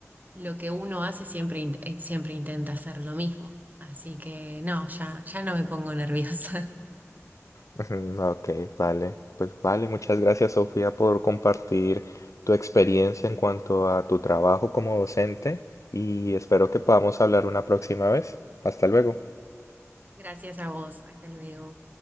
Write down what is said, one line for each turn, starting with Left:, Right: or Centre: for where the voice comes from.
Right: lo que uno hace siempre, int- eh, siempre intenta hacer lo mismo. Así que no, ya, ya no me pongo nerviosa.
Left: Ujú, Ok, vale. Pues vale, muchas gracias Sofía por compartir tu experiencia en cuanto a tu trabajo como docente y espero que podamos hablar una próxima vez. Hasta luego.
Right: <laughs> Gracias a vos, hasta luego.